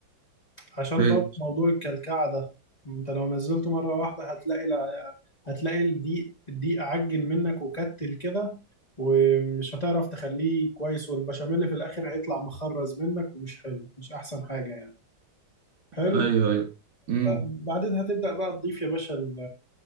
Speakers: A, on the left (about 20°); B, on the right (about 55°).
A: عشان
B: ليه
A: برضه موضوع الكلكعة ده انت لو نزلته مرة واحدة هتلاقي لا هتلاقي الدقيق الدقيق عجن منك وكتل كده ومش هتعرف تخليه كويس والبشاميل في الآخر هيطلع مخرز منك ومش حلو مش أحسن حاجة يعني حلو
B: ايوه ايوه امم
A: بعدين هتبدأ بقى تضيف يا باشا ال-